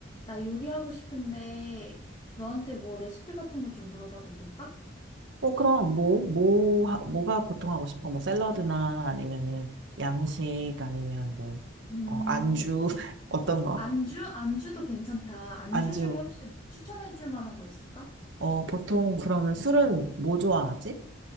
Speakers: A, on the left; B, on the right.
A: 나 요리하고 싶은데 너한테 뭐 레시피 같은 거 좀 물어봐도 될까?
B: 어, 그럼 뭐, 뭐, 하- 뭐가 보통 하고 싶어? 뭐 샐러드나 아니면은 양식 아니면 뭐,
A: 음,
B: 어, 안주 <laughs>
A: 네.
B: 어떤 거?
A: 안주? 안주도 괜찮다. 안주
B: 안주.
A: 중에 혹시 뭐 추천해줄 만한 거 있을까?
B: 어, 보통 그러면 술은 뭐 좋아하지?